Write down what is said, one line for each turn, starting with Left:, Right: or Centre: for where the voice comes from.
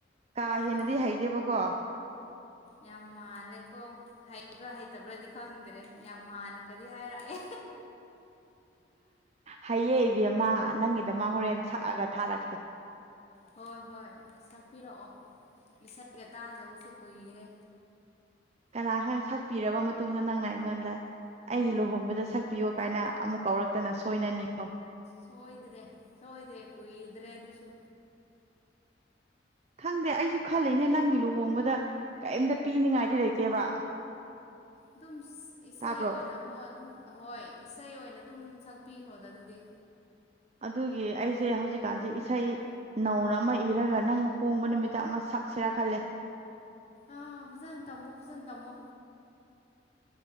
Right: ꯀꯥ ꯍꯦꯟꯅꯗꯤ
Left: ꯌꯥꯝ
Right: ꯍꯩꯇꯦꯕꯀꯣ
Left: ꯌꯥꯝ ꯃꯥꯜꯂꯦꯀꯣ ꯍꯩꯕ꯭ꯔꯥ ꯍꯩꯇꯕ꯭ꯔꯥꯗꯤ ꯈꯪꯗ꯭ꯔꯦ ꯌꯥꯝ ꯃꯥꯥꯟꯜꯅꯒꯗꯤ ꯍꯥꯏꯔꯛꯑꯦ
Right: ꯍꯌꯦꯡ ꯏꯕꯦꯝꯃ ꯅꯪꯒꯤꯗ ꯃꯥ ꯍꯣꯔꯦꯟ ꯁꯛꯑꯒ ꯊꯥꯔꯛꯀꯦ
Left: ꯍꯣꯏ ꯍꯣꯏ ꯁꯛꯄꯤꯔꯛꯑꯣ ꯏꯁꯩꯒ ꯇꯥꯗꯕꯁꯦ ꯀꯨꯏꯔꯦ
Right: ꯀꯅꯥꯒ ꯁꯛꯄꯤꯔꯕ ꯃꯇꯨꯡꯗ ꯅꯪꯅ ꯑꯩꯉꯣꯟꯗ ꯑꯩꯒꯤ ꯂꯨꯍꯣꯡꯕꯗ ꯁꯛꯄꯤꯌꯣ ꯀꯥꯏꯅ ꯑꯃꯨꯛ ꯀꯧꯔꯛꯇꯅ ꯁꯣꯏꯅꯅꯤꯀꯣ
Left: ꯁꯣꯏꯗ꯭ꯔꯦ ꯁꯣꯏꯗ꯭ꯔꯦ ꯀꯨꯏꯗ꯭ꯔꯦ ꯑꯗꯨꯁꯨ
Right: ꯈꯪꯗꯦ ꯑꯩꯁꯨ ꯈꯜꯂꯤꯅꯦ ꯅꯪꯒꯤ ꯂꯨꯍꯣꯡꯕꯗ ꯀꯩꯝꯇ ꯄꯤꯅꯤꯡꯉꯥꯏꯗꯤ ꯂꯩꯇꯦꯕ
Left: ꯑꯗꯨꯝ ꯏꯁꯩ
Right: ꯇꯥꯕ꯭ꯔꯣ
Left: ꯑꯣꯏꯅ ꯑꯃ ꯑꯗꯨꯝ ꯍꯣꯏ ꯏꯁꯩ ꯑꯣꯏꯅ ꯑꯗꯨꯝ ꯁꯛꯄꯤꯈ꯭ꯔꯣꯗ ꯑꯗꯨꯗꯤ
Right: ꯑꯗꯨꯒꯤ ꯑꯩꯁꯦ ꯍꯧꯖꯤꯛꯀꯥꯟꯁꯦ ꯏꯁꯩ ꯅꯧꯅ ꯑꯃ ꯏꯔꯒ ꯅꯪ ꯍꯣꯡꯕ ꯅꯨꯃꯤꯠꯇ ꯑꯃ ꯁꯛꯁꯦꯔꯥ ꯈꯜꯂꯦ
Left: ꯑꯥ ꯐꯖꯅ ꯇꯝꯃꯣ ꯐꯖꯅ ꯇꯝꯃꯣ